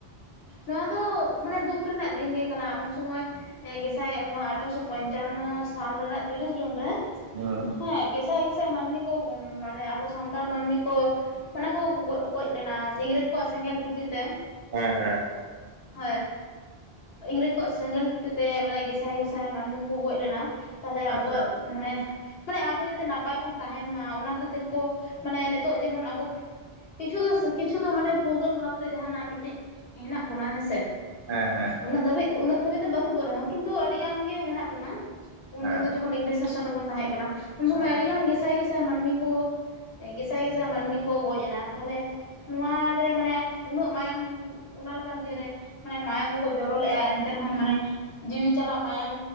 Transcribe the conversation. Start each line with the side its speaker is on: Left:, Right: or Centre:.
Left: ᱱᱚᱣᱟ ᱫᱚ ᱢᱟᱱᱮ ᱫᱩᱠ ᱨᱮᱱᱟᱜ ᱫᱤᱱ ᱜᱮ ᱠᱟᱱᱟ ᱩᱱ ᱥᱚᱢᱚᱭ ᱜᱮᱥᱟᱭ ᱱᱚᱣᱟ ᱟᱴᱷᱨᱚᱥᱚ ᱯᱚᱧᱪᱟᱱᱚ ᱥᱟᱞ ᱨᱮᱱᱟᱜ ᱛᱤᱨᱤᱥ ᱡᱩᱱ ᱨᱮ
Right: ᱦᱮᱸ
Left: ᱦᱮᱸ ᱜᱮᱥᱟᱭ ᱜᱮᱥᱟᱭ ᱢᱟᱹᱱᱢᱤ ᱠᱚ ᱢᱟᱱᱮ ᱟᱵᱚ ᱥᱟᱱᱛᱟᱲ ᱢᱟᱹᱱᱢᱤ ᱠᱚ ᱢᱟᱱᱮ ᱠᱚ ᱜᱚᱡ ᱞᱮᱱᱟ ᱥᱮ ᱤᱝᱨᱮᱡᱽ ᱠᱚᱣᱟᱜ ᱥᱮᱸᱜᱮᱞ ᱴᱩᱴᱤ ᱛᱮ
Right: ᱦᱮᱸ ᱦᱮᱸ
Left: ᱦᱳᱭ ᱤᱝᱨᱮᱡᱽ ᱠᱚᱣᱟᱜ ᱥᱮᱸᱜᱮᱞ ᱴᱩᱴᱤᱛᱮ ᱢᱟᱱᱮ ᱜᱮᱥᱟᱭ ᱜᱮᱥᱟᱭ ᱢᱟᱹᱱᱢᱤ ᱠᱚ ᱜᱚᱡ ᱞᱮᱱᱟ ᱛᱟᱦᱚᱞᱮ
Right: ᱟᱪᱪᱷᱟ
Left: ᱟᱵᱚᱣᱟᱜ ᱢᱟᱱᱮ ᱢᱟᱱᱮ ᱟᱵᱚ ᱡᱟᱛᱮ ᱱᱟᱯᱟᱭ ᱵᱚᱱ ᱛᱟᱦᱮᱱ ᱢᱟ ᱚᱱᱟ ᱠᱷᱟᱹᱛᱤᱨ ᱠᱚ ᱢᱟᱱᱮ ᱱᱤᱛᱚᱜ ᱡᱮᱢᱚᱱ ᱟᱵᱚ ᱠᱤᱪᱷᱩ ᱫᱚ ᱠᱤᱪᱷᱩ ᱫᱚ ᱢᱟᱱᱮ ᱯᱷᱩᱨᱩᱜᱟᱹᱞ ᱵᱷᱟᱵᱽᱛᱮ ᱡᱟᱦᱟᱱᱟᱜ ᱢᱤᱫᱴᱤᱡ ᱦᱮᱱᱟᱜ ᱵᱚᱱᱟ ᱦᱮᱸᱥᱮ,
Right: ᱦᱮᱸ ᱦᱮᱸ
Left: ᱩᱱᱟᱹᱜ ᱫᱷᱟᱹᱵᱤᱡ ᱫᱚ ᱩᱱᱟ ᱢᱟᱫᱽᱫᱷᱚᱢᱤᱠ ᱫᱚ ᱵᱟᱹᱱᱩᱜ ᱠᱚ ᱨᱮᱦᱚᱸ ᱠᱤᱱᱛᱩ ᱟᱹᱰᱤ ᱜᱟᱱ ᱜᱮ ᱢᱮᱱᱟᱜ ᱵᱚᱱᱟ᱾ ᱩᱱᱫᱤᱱ
Right: ᱦᱮᱸ
Left: ᱫᱚ ᱡᱚᱠᱷᱚᱱ ᱤᱝᱨᱮᱡᱽ ᱥᱟᱥᱚᱱ ᱨᱮᱵᱚᱱ ᱛᱟᱦᱮᱸ ᱠᱟᱱᱟ ᱩᱱ ᱥᱚᱢᱚᱭ
Right: ᱦᱩᱸ
Left: ᱟᱹᱰᱤ ᱜᱟᱱ ᱜᱮᱥᱟᱭ ᱜᱮᱥᱟᱭ ᱢᱟᱹᱱᱢᱤ ᱠᱚ ᱜᱮᱥᱟᱭ ᱜᱮᱥᱟᱭ ᱢᱟᱹᱱᱢᱤ ᱠᱚ ᱜᱚᱡ ᱮᱱᱟ ᱛᱟᱦᱚᱞᱮ, ᱱᱚᱟ ᱨᱮ ᱢᱟᱱᱮ ᱩᱱᱟᱹᱜ ᱢᱟᱭᱟᱝ ᱚᱱᱟ ᱞᱮᱠᱟᱱ ᱫᱤᱱ ᱨᱮ ᱢᱟᱱᱮ ᱢᱟᱭᱟᱝ ᱠᱚᱠᱚ ᱡᱚᱨᱚᱼᱟ ᱮᱱᱛᱮ ᱨᱮᱦᱚᱸ ᱢᱟᱱᱮ ᱡᱤᱣᱤ ᱪᱟᱟᱜ ᱢᱟᱭᱟᱝ